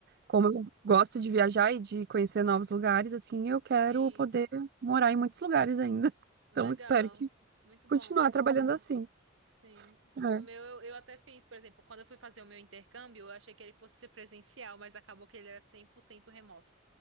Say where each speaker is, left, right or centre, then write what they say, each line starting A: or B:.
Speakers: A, on the right; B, on the right.
A: Como eu gosto de viajar e de conhecer novos lugares, assim, eu quero
B: Sim,
A: poder morar em muitos lugares ainda. <laughs>
B: legal.
A: Então, espero que
B: Muito
A: continuar
B: bom.
A: trabalhando assim.
B: Sim.
A: É.
B: O meu, eu, eu até fiz, por exemplo, quando eu fui fazer o meu intercâmbio, eu achei que ele fosse ser presencial, mas acabou que ele era 100% remoto.